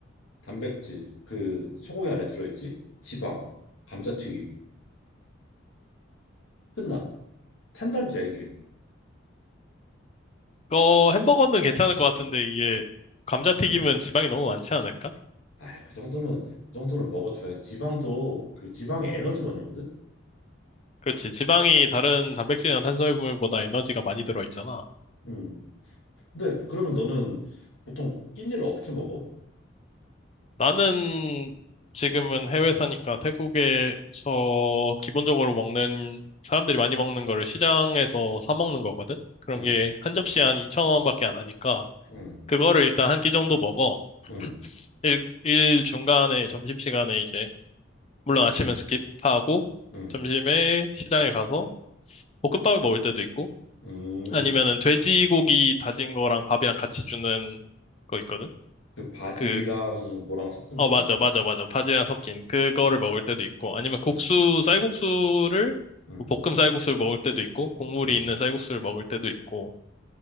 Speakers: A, on the left; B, on the left.
A: 단백질 그 소고기 안에 들어있지 지방, 감자튀김 끝나 탄단지야 이게
B: 그 햄버거는 괜찮을 것 같은데 이게 감자튀김은 지방이 너무 많지 않을까?
A: 아, 그 정도는 그 정도는 먹어줘야지. 지방도 그 지방의 에너지원이거든.
B: 그렇지. 지방이 다른 단백질이나 탄수화물보다 에너지가 많이 들어있잖아.
A: 음. 근데 그러면 너는 보통 끼니를 어떻게 먹어?
B: 나는 지금은 해외 사니까 태국에서 기본적으로 먹는 사람들이 많이 먹는 거를 시장에서 사 먹는 거거든. 그런
A: 응,
B: 게 한 접시에 한2천원밖에 안 하니까
A: 응,
B: 그거를 일단 한 끼 정도 먹어.
A: 응,
B: 일, 일 중간에 점심시간에 이제, 물론 아침은 스킵하고,
A: 응,
B: 점심에 시장에 가서 볶음밥을 먹을 때도 있고,
A: 응.
B: 아니면은 돼지고기 다진 거랑 밥이랑 같이 주는 거 있거든?
A: 그 바질이랑
B: 그,
A: 뭐랑 섞은
B: 어,
A: 그런
B: 맞아,
A: 건가?
B: 맞아, 맞아. 바지랑 섞인 그거를
A: 음.
B: 먹을 때도 있고, 아니면 국수,
A: 응,
B: 쌀국수를,
A: 응,
B: 뭐 볶음 쌀국수를 먹을 때도 있고, 국물이
A: 응, 응.
B: 있는 쌀국수를 먹을 때도 있고,